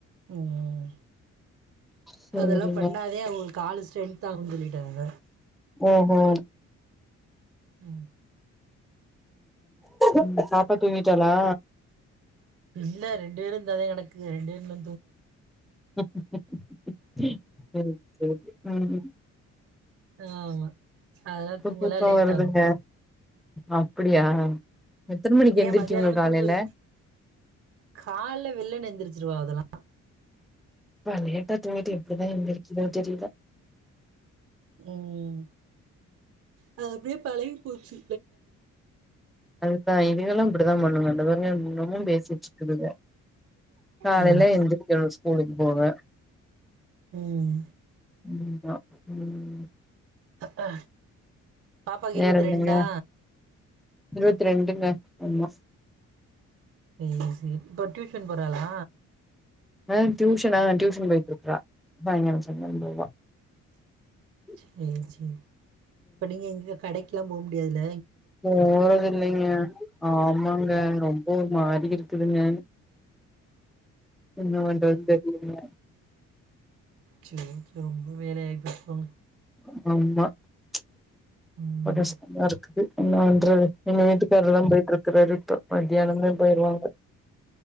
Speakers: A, on the right; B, in the centre.
A: ம்ம்
B: சேரிங்க
A: அதெல்லாம் பண்ணாதே அவுங்க காலு ஸ்ட்ரென்த்தாகனு சொல்லிட்டாங்க
B: ஓ ஓ
A: உம்
B: ம் பாப்பா தூங்கிட்டாலா
A: இல்ல ரெண்டு பேரு இந்தாத கிடகுக ரெண்டு பேருமே
B: ம் செரி செரி ம்ம்
A: ஆமா அதெல்லாம் தூங்கலாம்
B: தூக்கோ
A: லேட்
B: வருதுங்க
A: ஆகும்
B: அப்டியா எத்தன மணிக்கு எந்திரிக்குங்க
A: ஏன் மத்தியானம்
B: காலைல
A: தூங்குற காலை வெல்லனா நெந்திரிச்சுருவா அதெல்லாம்
B: எப்ப லேட்டா தூக்கிட்டு எப்டிதான் எந்தரிக்குதோ தெரியுல
A: உஹம் அது அப்டியே பழகி போச்சி
B: அதுதான் இதுகளும் அப்டித்தான் பண்ணுங்க தொப்பருங்க இன்னமும் பேசிட்டு இருக்குதுங்க காலையில
A: ஆ
B: எந்திருக்கணும் ஸ்கூலுக்கு போங்க
A: உஹம்
B: உம் உம்
A: அத்தா பாப்பாக்கு இருவத்தி
B: வேற என்னங்க
A: ரெண்டா
B: இருவத்தி ரெண்டுங்க ஒ
A: சேரி சரி இப்ப டியூஷன் போறாளா
B: ஆஹ் டியூஷன் ஆஹ் டியூஷன் போயிட்டுக்கா <unintelligible>
A: சரி சரி இப்ப நீங்க எங்க கடைக்கெல்லாம் போ முடியாதுல
B: போறது இல்லைங்க ஆமாங்க ரொம் போ மாறி இருக்குங்க என்ன பண்றதுன்னு தெரிலங்க
A: சரி ஓகே ரொம்ப வேல ஆயிட்டு போங்க
B: அம்அம்மாஹா <unintelligible>
A: ம்
B: இருக்கு என்னன்ற எங்க வீட்டுக்கார தான் போயிட்டு இருக்கறாரு இப்ப மத்தியானமே போயிருவாங்க